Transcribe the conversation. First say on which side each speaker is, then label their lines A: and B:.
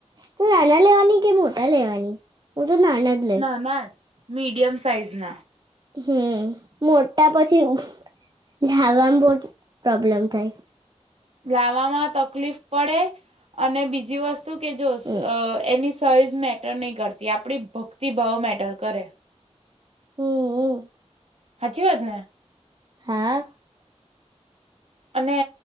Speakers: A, on the right; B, on the right.
A: તું નાના લેવાની કે મોટા લેવાની? એ નાના જ લેે.
B: ના ના જ મીડિયમ સાઈઝના.
A: હમ. મોટ્ટા પછી ઉહ લાવામ બોટ પ્રોબ્લેમ થાય.
B: લાવવામાં તકલીફ પડે, અને બીજી વસ્ત તું કે જોશ
A: હમ
B: અ એની સાઈઝ મેટર નહી કરતી આપડી ભક્તિભાવ મેટર કરે.
A: હમ હમ.
B: હાચી વાત ને?
A: હા.
B: અને